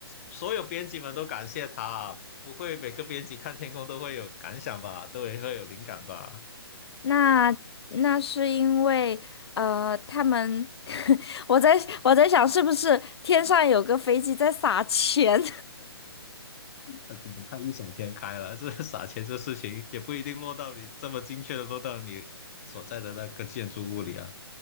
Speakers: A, on the left; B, on the left.
A: 所有编辑们都感谢他啊，不会每个编辑看天空都会有感想吧，都会会有灵感吧？
B: 那那是因为，呃，他们，<laughs> 我在我在想，是不是天上有个飞机在撒钱？
A: 而且你太异想天开了，<laughs> 这撒钱这事情也不一定落到你这么精确的落到你所在的那个建筑物里啊，